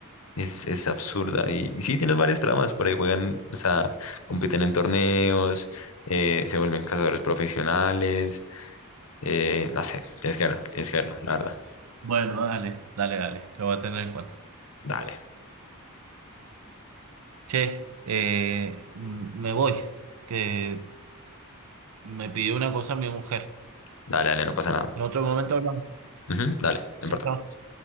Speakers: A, on the left; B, on the right.
A: es, es absurda. Y, y sí, tienen varias tramas, por ahí juegan, o sea, compiten en torneos. eh, se vuelven cazadores profesionales, eh, no sé, tienes que verlo, tienes que verlo, la verdad.
B: Bueno, dale, dale, dale. Lo voy a tener en cuenta.
A: Dale,
B: Che, eh, m- me voy, que me pidió una cosa mi mujer.
A: dale, dale, no pasa nada.
B: En otro momento hablamos.
A: Ujú, dale, no
B: Chao,
A: importa.
B: chao.